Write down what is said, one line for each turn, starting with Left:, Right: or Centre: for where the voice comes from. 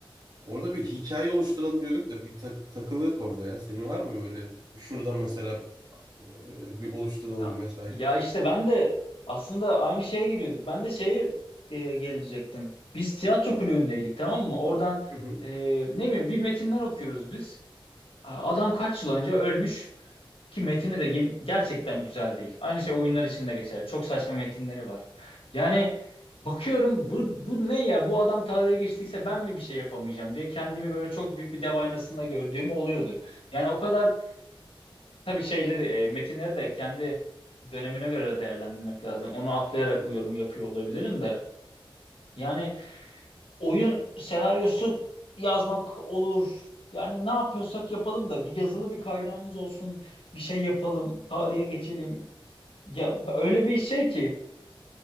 Right: Orada bir hikaye oluşturalım diyorduk da bir tak takılıyorduk orada ya. Senin var mı böyle şuradan mesela e, bir oluşturalım
Left: ya,
Right: vesaire?
Left: ya işte ben de aslında aynı şeye geliyorduk. Ben de şeye e, gelecektim. Biz tiyatro kulübündeydik tamam mı? Oradan
Right: Hı hı,
Left: e, ne bileyim bir metinler okuyoruz biz. A- Adam kaç yıl önce ölmüş ki metini de yem- gerçekten güzel değil. Aynı şey oyunlar için de geçer. Çok saçma metinleri var. Yani bakıyorum bu, bu ne ya? Bu adam tarihe geçtiyse ben mi bir şey yapamayacağım diye kendimi böyle çok büyük bir dev aynasında gördüğüm oluyordu. Yani o kadar Tabii şeyleri, e, metinleri de kendi dönemine göre de değerlendirmek lazım. Onu atlayarak
Right: hı hı.
Left: bu yorumu yapıyor olabilirim de. Yani oyun senaryosu yazmak olur. Yani ne yapıyorsak yapalım da bir yazılı bir kaynağımız olsun. Bir şey yapalım, tarihe geçelim. Ya öyle bir şey ki